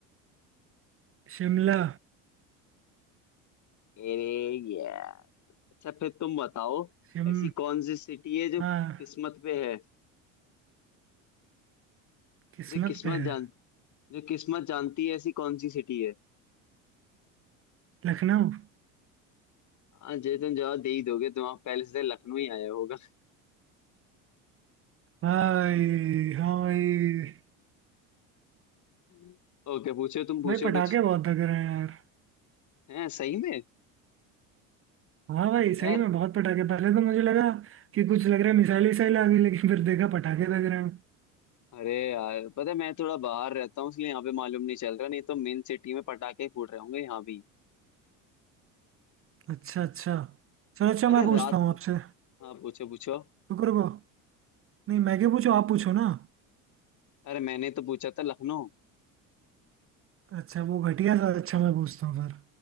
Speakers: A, on the right; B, on the left.
A: शिमला
B: अरे यार अच्छा फिर तुम बताओ
A: शिम
B: ऐसी कौन सी सिटी है जो
A: हाँ
B: किस्मत पे है
A: किस्मत
B: जो किस्मत
A: पे है
B: जो किस्मत जानती है ऐसी कौन सी सिटी है
A: लखनऊ
B: हाँ जे तुम जवाब दे ही दोगे तुम आप पहले से लखनऊ ही आया होगा
A: भाई हाँ भाई
B: <laughs> ओके पूछो तुम पूछो
A: भाई पटाखे
B: कुछ
A: बहुत लग रहे हैं यार
B: है सही में
A: हाँ भाई सही
B: यार
A: में बहुत पटाखे पहले तो मुझे लगा कि कुछ लग रहा है मिसाइल विसाइल आ गई लेकिन फिर देखा पटाखे लग रहे हैं
B: अरे यार पता है मैं थोड़ा बाहर रहता हूँ इसलिए यहाँ पे मालूम नहीं चल रहा नहीं तो मेन सिटी में पटाखे फूट रहे होंगे यहाँ भी
A: अच्छा अच्छा चलो अच्छा
B: पता
A: मैं
B: है
A: पूछता
B: रात
A: हूँ आपसे
B: हाँ पूछो पूछो
A: रुको रुको नहीं मैं क्या पूछूं आप पूछो ना
B: अरे मैंने तो पूछा था लखनऊ
A: अच्छा वो घटिया सा अच्छा मैं पूछता हूँ फिर